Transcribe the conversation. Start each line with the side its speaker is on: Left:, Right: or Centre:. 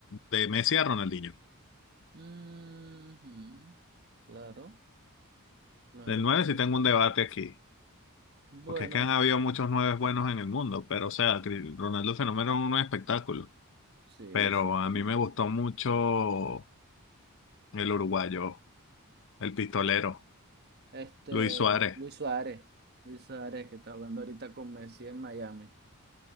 Left: de Messi a Ronaldinho.
Right: Ujú, Claro, claro,
Left: Del nueve
Right: perfecto.
Left: sí tengo un debate aquí.
Right: Bueno,
Left: Porque es que han habido muchos nueves buenos en el mundo, pero o sea, Cri- Ronaldo Fenómeno es un espectáculo.
Right: sí,
Left: Pero
Right: exactamente.
Left: a mí me gustó mucho. El uruguayo, el pistolero,
Right: Este,
Left: Luis Suárez,
Right: Luis Suárez. Luis Suárez, que está jugando ahorita con Messi en Miami.